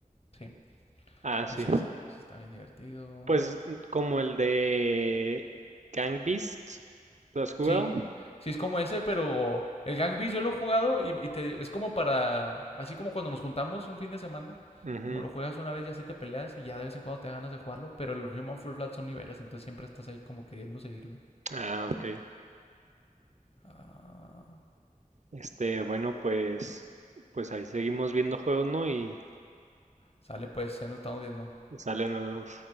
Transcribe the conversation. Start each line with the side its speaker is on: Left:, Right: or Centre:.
Left: sí,
Right: Ah, sí.
Left: ese, ese- ese está bien divertido.
Right: Pues mm, como el de Gang Beasts ¿Lo has jugado?
Left: Sí, sí es como ese, pero el Gang Beasts yo lo he jugado y, y te es como para, así como cuando nos juntamos un fin de semana,
Right: Ujú.
Left: como lo juegas una vez y así te peleas y ya de vez en cuando te da ganas de jugarlo, pero el Human Full Flat son niveles, entonces siempre estás ahí como queriendo seguirle.
Right: Ah, ok.
Left: Ah,
Right: Este, bueno, pues, pues ahí seguimos viendo juegos, ¿no? Y
Left: sale pues, ahí nos estamos viendo.
Right: salen los